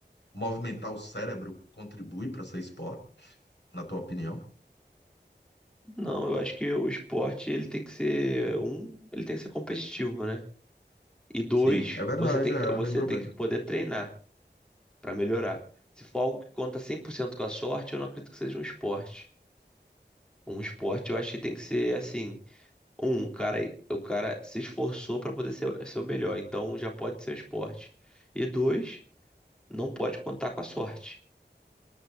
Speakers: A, on the left; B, in the centre.
A: movimentar o cérebro contribui para ser esporte, na tua opinião?
B: Não, eu acho que o esporte ele tem que ser um, ele tem que ser competitivo, né? E dois,
A: Sim, é verdade,
B: você tem
A: é,
B: que, você
A: lembrou
B: tem
A: bem.
B: que poder treinar pra melhorar. Se for algo que conta 100% com a sorte, eu não acredito que seja um esporte. Um esporte eu acho que tem que ser assim, um, o cara, o cara se esforçou pra poder ser, ser o melhor, então já pode ser um esporte. E dois, não pode contar com a sorte.